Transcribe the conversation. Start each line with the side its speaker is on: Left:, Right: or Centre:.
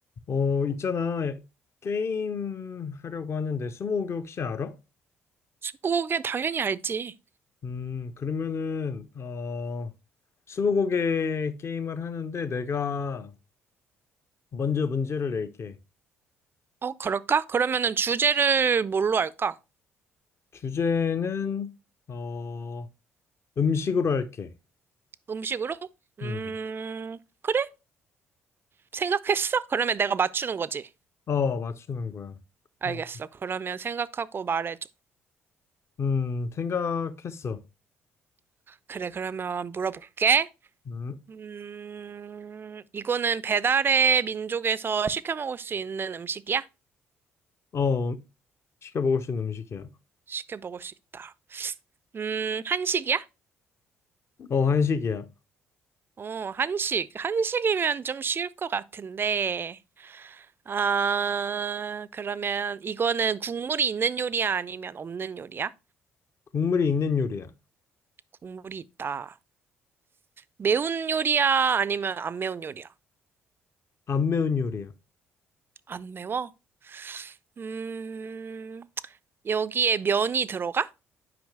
Left: 어, 있잖아. 게임 하려고 하는데, 스무고개 혹시 알아?
Right: 스무고개 당연히 알지.
Left: 음, 그러면은, 어, 스무고개 게임을 하는데, 내가 먼저 문제를 낼게.
Right: 어, 그럴까? 그러면은 주제를 뭘로 할까?
Left: 주제는, 어, 음식으로 할게.
Right: 음식으로? 음,
Left: 음,
Right: 그래? 생각했어? 그러면 내가 맞추는 거지.
Left: 어, 맞추는 거야.
Right: 알겠어.
Left: 어,
Right: 그러면 생각하고 말해줘.
Left: 음, 생각했어.
Right: 그래, 그러면 물어볼게.
Left: 음,
Right: 음, 이거는 배달의 민족에서 시켜 먹을 수 있는 음식이야?
Left: 어, 시켜 먹을 수 있는 음식이야.
Right: 시켜 먹을 수 있다. 음, 한식이야?
Left: 어, 한식이야.
Right: 어, 한식. 한식이면 좀 쉬울 것 같은데. 아, 그러면 이거는 국물이 있는 요리야 아니면 없는 요리야?
Left: 국물이 있는 요리야.
Right: 국물이 있다. 매운 요리야 아니면 안 매운 요리야?
Left: 안 매운 요리야.
Right: 안 매워? 음, 여기에 면이 들어가?